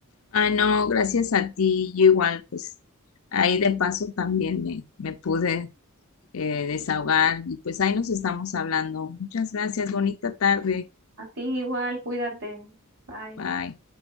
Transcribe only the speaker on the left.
Ah, no, gracias a ti, yo igual, pues ahí de paso también me, me pude eh, desahogar y pues ahí nos estamos hablando. Muchas gracias, bonita tarde.
Bye.